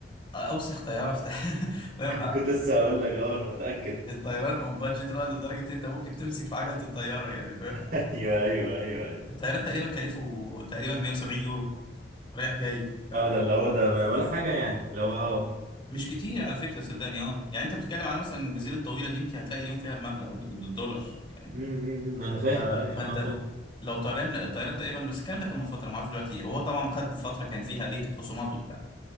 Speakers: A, on the left; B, on the right.
A: اوسخ طياره في <laughs> فاهم
B: <laughs>
A: أ-
B: كنت لسه هقول لك اه انا متاكد
A: الطيران
B: <laughs>
A: اون بادجت اللي هو لدرجه إن انت ممكن تمسك في عجله الطياره يعني فاهم
B: ايوه ايوه ايوه ايوه
A: الطيران تقريبا كلفه تقريبا 170 يورو رايح جاي فمش
B: اه ده اللي هو ده ما ولا حاجه يعني لو اه
A: كتير على فكره صدقني اه يعني انت بتتكلم على مثلا الجزيره الطويله دي انت هتلاقي اليوم فيها بمبلغ بالدولار يعني،
B: امم انا فاهم
A: ف- فانت
B: فاهم اه فاهم
A: لو طيران طيران تقريبا بس الكلام ده كان من فتره ما اعرفش دلوقتي وهو طبعا خد فتره كان فيها ايه خصومات وبتاع